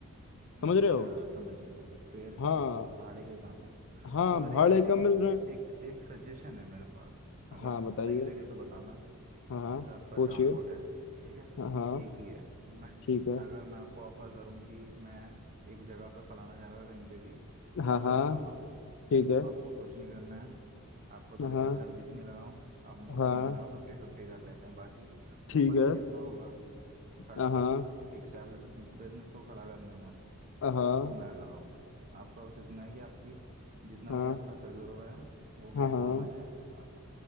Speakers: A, on the left; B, on the right.
A: समझ
B: अच्छा
A: रहे हो
B: समझ गया समझ फेयर
A: हाँ
B: का सब भाड़े का ही काम है
A: हाँ
B: तो सर
A: भाड़े
B: एक
A: कम
B: एक
A: मिल रहे हैं
B: एक एक सजेशन है मेरे पास अगर
A: हाँ बताइए
B: सही लगे तो बताना
A: हाँ हाँ
B: जैसे आपका
A: पूछिए
B: ट्रांसपोर्ट है ठीक है
A: हाँ हाँ
B: एक ही है मैं
A: ठीक है
B: अगर मैं आपको ऑफर करूं कि मैं एक जगह पे फलाना जगह कहीं पे भी ट्रांसपोर्ट
A: हाँ हाँ
B: खोल रहा हूँ
A: ठीक है
B: आपको कुछ नहीं करना है आपको
A: हाँ
B: थोड़ी
A: हाँ
B: कैपिटल जितनी लगाऊं अब उतनी
A: हाँ,
B: मैं लगाऊं फिफ्टी फिफ्टी कर लेते हैं बाकी
A: ठीक
B: ऊपर
A: है
B: का जितना होगा खर्चा
A: हाँ हाँ
B: एक स्टेबल बिजनेस को खड़ा करने में
A: हाँ
B: वो मैं लगाऊंगा आपका बस इतना है कि आपकी जितना
A: हाँ
B: भी आपका तजुर्बा है वो मेरे
A: हाँ हाँ।
B: काम
A: हाँ,
B: आ जाए आ,